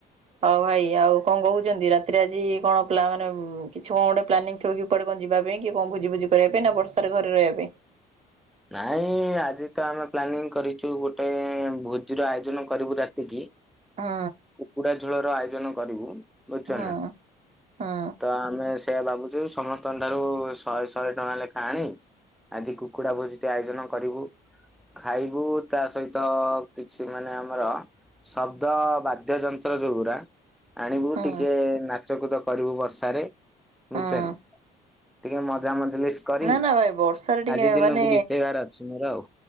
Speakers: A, on the right (about 40°); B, in the centre.
A: ହଉ ଭାଇ ଆଉ କଁ କହୁଛନ୍ତି ରାତିରେ ଆଜି କଣ ପିଲାମାନେ କିଛି କଁ ଗୋଟେ ପ୍ଲାନିଂ ଥିବ କି କୁଆଡେ କଁ ଯିବା ପାଇଁ କି କଁ ଭୋଜି ଭୋଜି କରିବା ପାଇଁ ନା ବର୍ଷାରେ ଘରେ ରହିବା ପାଇଁ।
B: ନାଇଁ ଆଜି ତ ଆମେ ପ୍ଲାନିଂ କରିଚୁ ଗୋଟେ ଭୋଜିର ଆୟୋଜନ କରିବୁ ରାତିକି।
A: ହୁଁ
B: କୁକୁଡ଼ା ଝୋଳ ର ଆୟୋଜନ କରିବୁ। ବୁଝୁଛ
A: ହୁଁ
B: ନା।
A: ହୁଁ।
B: ତ ଆମେ ସେଇଆ ଭାବୁଚୁ, ସମସ୍ତଙ୍କ ଠାରୁ ଶହେ ଶହେ ଟଙ୍କା ଲେଖା ଆଣି ଆଜି କୁକୁଡ଼ା ଭୋଜିିଟେ ଆୟୋଜନ କରିବୁ। ଖାଇବୁ ତା ସହିତ, କିଛି ମାନେ ଆମର ଶବ୍ଦ ବାଦ୍ୟ ଯନ୍ତ୍ର ଯଉଗୁରା ଆଣିବୁ
A: ହୁଁ
B: ଟିକେ ନାଚକୁଦ କରିବୁ, ବର୍ଷାରେ ବୁଝଚନ୍ତି?
A: ହୁଁ
B: ଟିକେ ମଜା ମଜଲିସ୍ କରି
A: ନା ନା ଭାଇ ବର୍ଷାରେ ଟିକେ
B: ଆଜି ଦିନକୁ
A: ମାନେ
B: ବିତେଇବାର ଅଛି ମୋର ଆଉ